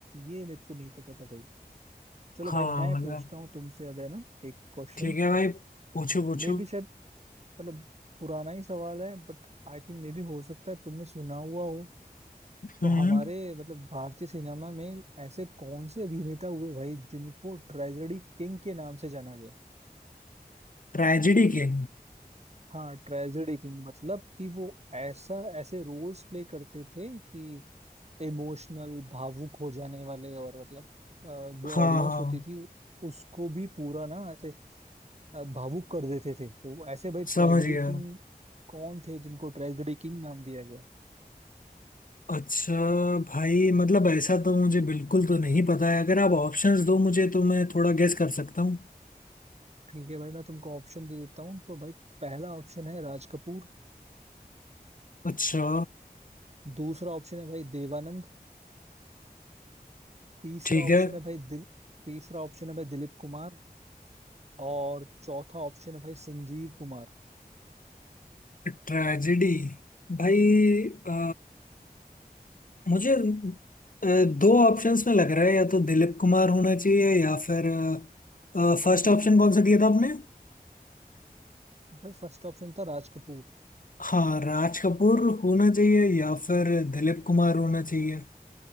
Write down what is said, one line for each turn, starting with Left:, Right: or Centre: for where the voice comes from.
Right: ये मेरे को नहीं पता था भाई चलो
Left: हाँ
Right: भाई मैं
Left: मतलब
Right: पूछता हूँ तुमसे अब है ना एक क्वेश्चन
Left: ठीक है भाई पूछो पूछो
Right: मे भी शायद मतलब पुराना ही सवाल है बट आई थिंक मे भी हो सकता है तुमने सुना हुआ हो
Left: हम्म
Right: तो हमारे मतलब भारतीय सिनेमा में ऐसे कौन से अभिनेता हुए भाई जिनको ट्रेजेडी किंग के नाम से जाना गया
Left: ट्रेजेडी के
Right: हाँ ट्रेजेडी किंग मतलब कि वो ऐसा ऐसे रोल्स प्ले करते थे कि इमोशनल भावुक हो जाने वाले और मतलब अ, जो
Left: हाँ
Right: ऑडियंस
Left: हाँ
Right: होती थी उसको भी पूरा ना ऐसे अ, भावुक कर देते थे तो ऐसे भाई ट्रेजेडी
Left: समझ गया
Right: किंग कौन थे जिनको ट्रेजेडी किंग नाम दिया गया
Left: अच्छा भाई मतलब ऐसा तो मुझे बिल्कुल तो नहीं पता है अगर आप ऑप्शंस दो मुझे तो मैं थोड़ा गेस कर सकता हूँ
Right: ठीक है भाई मैं तुमको ऑप्शन दे देता हूँ तो भाई पहला ऑप्शन है राज कपूर
Left: अच्छा
Right: दूसरा ऑप्शन है भाई देवानंद तीसरा
Left: ठीक
Right: ऑप्शन
Left: है
Right: है भाई दिल तीसरा ऑप्शन है भाई दिलीप कुमार और चौथा ऑप्शन है भाई संजीव कुमार
Left: ट्रेजेडी भाई अ, मुझे अ, दो ऑप्शंस में लग रहा है या तो दिलीप कुमार होना चाहिए या फिर फर्स्ट ऑप्शन कौन सा दिया था आपने
Right: भाई फर्स्ट ऑप्शन था राज कपूर
Left: हाँ राज कपूर होना चाहिए या फिर दिलीप कुमार होना चाहिए